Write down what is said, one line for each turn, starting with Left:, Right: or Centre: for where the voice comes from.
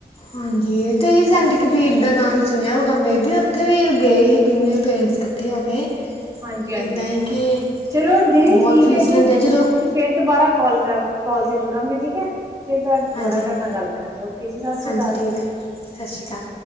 Left: ਹਾਂਜੀ, ਤੁਸੀ ਸੈਂਟ ਕਬੀਰ ਦਾ ਨਾਮ ਸੁਣਿਆ ਹੋਊਗਾ? ਮੇ, ਬੀ, ਉੱਥੇ ਵੀ ਗਏ ਸੀ, ਕਿੰਨੇ ਪੇਰੈਂਟਸ ਇਕੱਠੇ ਹੋ ਕੇ।
Right: ਹਾਂਜੀ -ਹਾਂਜੀ,
Left: ਇੱਦਾਂ ਹੀ ਕਿ
Right: ਚਲੋ ਦੀਦੀ
Left: ਬਹੁਤ
Right: ਠੀਕ
Left: ਫੀਸ
Right: ਹੈ ਜੀ,
Left: ਲੈਂਦੇ ਆ ਜਦੋਂ
Right: ਅਸੀ ਫੇਰ ਦੁਬਾਰਾ, ਕਾਲ ਕਰ ਕਾਲ ਤੇ ਜੁੜਾਂਗੇ, ਠੀਕ ਹੈ, ਫਿਰ ਦੁਬਾਰਾ
Left: ਹਾਂਜੀ
Right: ਤੁਹਾਡੇ
Left: ਹਾਂਜੀ
Right: ਨਾਲ ਗੱਲ ਕਰਾਂਗੇ, ਓਕੇ ਜੀ, ਸਤਿ ਸ੍ਰੀ
Left: ਹਾਂਜੀ
Right: ਅਕਾਲ।
Left: ਠੀਕ ਆ ਸਤਿ ਸ਼੍ਰੀ ਅਕਾਲ